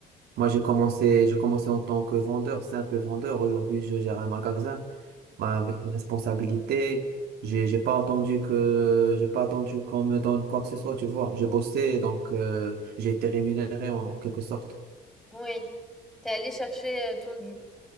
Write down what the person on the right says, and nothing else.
Moi, j'ai commencé, j'ai commencé en tant que vendeur, simple vendeur. Aujourd'hui, je gère un magasin, bah, avec des responsabilités. J'ai, j'ai pas attendu que, j'ai pas attendu qu'on me donne quoi que ce soit, tu vois. J'ai bossé, donc, euh, j'ai été rémunéré en quelque sorte.